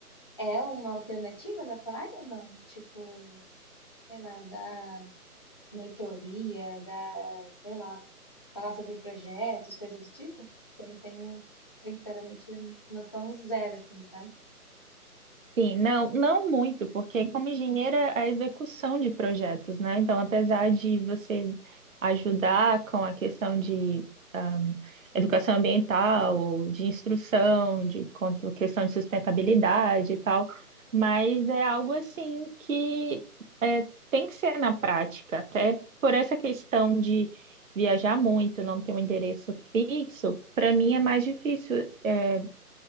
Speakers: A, on the left (about 15°); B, on the right (about 55°).
A: É uma alternativa na tua área ou não? Tipo, sei lá, da mentoria, da, sei lá, falar sobre projetos, coisa do tipo? Porque eu não tenho, sinceramente, noção zero, assim, sabe?
B: Sim, não, não muito, porque como engenheira, a execução de projetos, né? Então, apesar de você ajudar com a questão de ah, educação ambiental, ou de instrução, de quanto questão de sustentabilidade e tal, mas é algo assim que é, tem que ser na prática, até por essa questão de viajar muito, não ter um endereço fixo, para mim
A: Hum,
B: é mais difícil é,